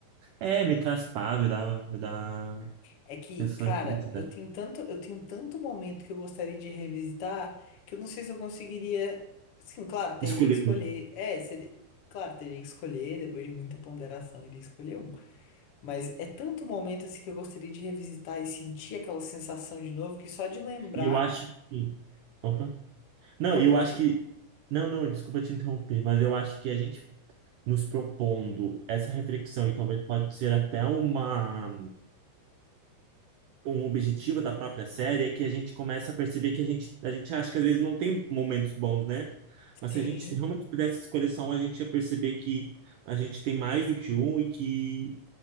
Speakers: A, on the right; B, on the left.
A: É, me traz paz, me dá, me dá
B: É que,
A: sensação
B: cara,
A: de felicidade.
B: eu tenho tanto, eu tenho tanto momento que eu gostaria de revisitar que eu não sei se eu conseguiria. Sim, claro, teria
A: Escolher
B: que escolher. É, seria, claro, teria que escolher, depois de muita ponderação, iria escolher um. Mas é tanto momento assim que eu gostaria de revisitar e sentir aquela sensação de novo que só de lembrar.
A: E eu acho que. Opa. Não,
B: Não,
A: eu
B: pode
A: acho
B: falar.
A: que. Não, não, desculpa te interromper, mas eu acho que a gente nos propondo essa reflexão, e talvez pode ser até uma, um objetivo da própria série, é que a gente começa a perceber que a gente, a gente acha que às vezes não tem momentos bons, né? Mas
B: Sim,
A: se a gente realmente pudesse escolher só um, a gente ia perceber que a gente tem mais do que um e que